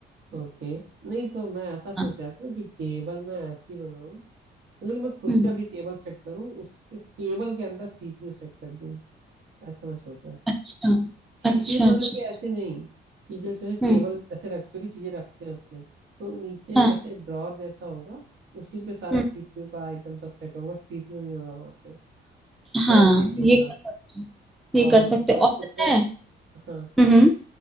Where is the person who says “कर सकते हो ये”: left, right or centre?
Centre